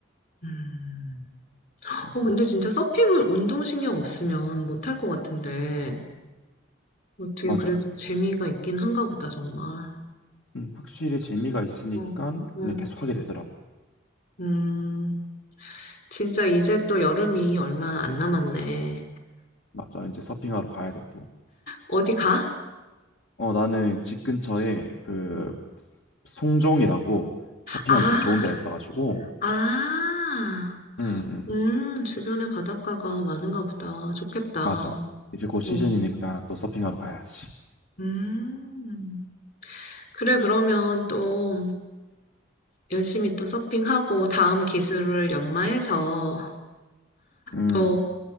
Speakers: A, on the left (about 50°); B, on the left (about 65°).
A: 음.
B: 음,
A: 어, 근데 진짜 서핑은 운동신경 없으면 못할 것 같은데. 어떻게
B: 맞아.
A: 그래도 재미가 있긴 한가 보다, 정말.
B: 음, 확실히 재미가 있으니까
A: 응, 응.
B: 그냥 계속 하게 되더라고.
A: 음, 진짜 이제 또 여름이 얼마 안 남았네.
B: 맞아. 이제 서핑하러 가야 돼 또.
A: 어디 가?
B: 어, 나는 집 근처에 그 송정이라고 서핑하기
A: 아,
B: 되게 좋은 데가 있어가지고
A: 아,
B: 음, 음,
A: 음, 주변에 바닷가가 많은가 보다. 좋겠다.
B: 맞아. 이제 곧 시즌이니까
A: 어,
B: 또 서핑하러 가야지.
A: 음. 그래, 그러면 또 열심히 또 서핑하고 다음 기술을 연마해서
B: 음.
A: 또